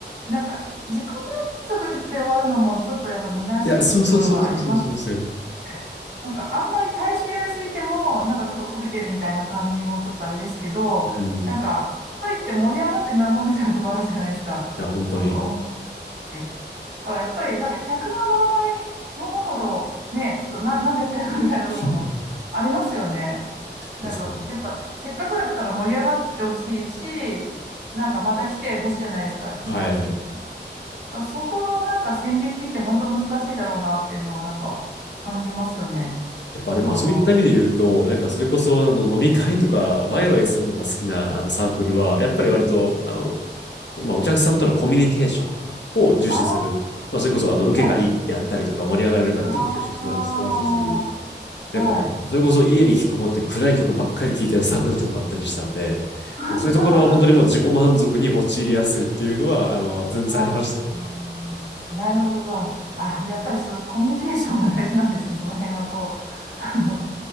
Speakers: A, on the right (about 75°); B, on the left (about 75°).
A: なんか、自己満足で終わるのもちょっとやっぱ虚しいところはあります
B: いや、そうそうそうそうそうそうですよ。
A: ね。なんか、あんまり大衆寄りすぎても、なんかちょっとこびてるみたいな感じもちょっとあれですけど、
B: うん。
A: なんか、
B: い
A: かといって盛り上がってなんぼみたいなところあるじゃないですか。
B: や、本当に。
A: なんか、音楽って。からやっぱりなんか客が乗らないものほどね、ちょっとな、なんでやってるのみたいなところもありますよね。
B: <laughs>
A: なんかやっぱせっかくだったら盛り上がってほしいし、
B: ですね。
A: なんかまた来てほしいじゃないですか。聞いてほしい。
B: はいはい。
A: だからそこのなんか線引きって本当難しいだろうなっていうのはなんか感じますよね。
B: やっぱあれ、
A: あの、
B: まあそういった意味で言うと、なんかそれこそあの飲み会とかワイワイするのが好きなあのサークルは、
A: うんうん
B: やっぱり割と、あの、まあお客さんとのコミュニケーションを重視する。
A: あー、
B: まあそれこそあの受けがいいであったりとか盛り上がれるかっていうのを重視しましてましたし、
A: はい。あ
B: なんかもう、
A: ー、はい。
B: それこそ家に引きこもって暗い曲ばっかり聴いてたサークルとかもあったりしたんで、でそういうところは本当にもう自己満足に陥りやすいっていうのは、
A: <laughs>
B: あの、全然ありましたよ。
A: あ、うんなるほど。あ、やっぱりそう、コミュニケーションが大事なんですね。その辺はこう、あの、